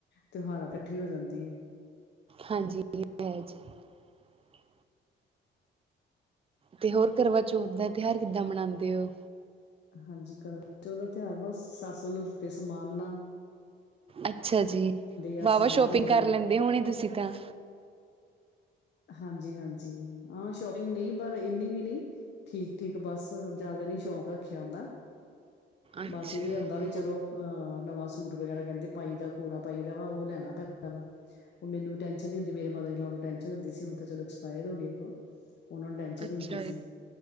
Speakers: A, on the left; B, on the right.
A: ਤਿਉਹਾਰਾਂ ਇਕੱਠੇ ਹੋ ਜਾਂਦੇ ਆ।
B: ਹਾਂਜੀ ਹੈ, ਜੀ। ਤੇ ਹੋਰ ਕਰਵਾਚੌਥ ਦਾ ਤਿਹਾਰ ਕਿੱਦਾਂ ਮਨਾਦੇ ਔ।
A: ਹਾਂਜੀ, ਕਰਵਾ ਚੋਥ ਦਾ ਤਿਹਾਰ ਬਸ ਸੱਸ ਦੇ ਦਿੱਤੇ ਸਮਾਨ ਨਾਲ।
B: ਅੱਛਾ ਜੀ,
A: ਆ
B: ਵਾਹਵਾ
A: ਸਮਾਨ
B: ਸ਼ੋਪਿੰਗ
A: ਦਿੰਦੇ
B: ਕਰ
A: ਆ
B: ਲੈਂਦੇ ਹੋਣੇ ਤੁਸੀਂ ਤਾਂ।
A: ਹਾਂਜੀ-ਹਾਂਜੀ, ਹਾਂ ਸ਼ੋਪਿੰਗ ਨਹੀਂ ਪਰ ਇੰਨੀ ਵੀ ਨਹੀਂ ਠੀਕ-ਠੀਕ। ਬਸ ਜਿਆਦਾ ਨੀ ਸ਼ੌਕ ਰੱਖਿਆ ਔਦਾ।
B: ਅੱਛਾ
A: ਬਸ ਇਹ ਹੁੰਦਾ
B: ਜੀ,
A: ਵੀ ਚਲੋ ਅਹ ਨਵਾਂ। ਸੂਟ ਵਗੈਰਾ ਕਹਿੰਦੇ ਪਾਈ ਦਾ ਕੂੜਾ ਪਾਈ ਦਾ ਵਾ ਉਹ ਲੈਣਾ ਪੈਂਦਾ ਵਾ, ਉਹ ਮੈਨੂੰ ਟੈਨਸ਼ਨ ਨੀ ਹੁੰਦੀ ਮੇਰੇ ਮਦਰ ਇਨ ਲੋ ਨੂੰ ਟੇ ਹੁੰ ਸੀ ਹੁਣ ਤਾਂ ਚਲੋ ਐਕਸਪਾਇਰ ਹੋ ਗਏ, ਉਹੋ ਉਹਨਾਂ ਨੂੰ ਟੈਂਸ਼ਨ
B: ਅੱਛਾ
A: ਹੁੰਦੀ ਸੀ।
B: ਜੀ,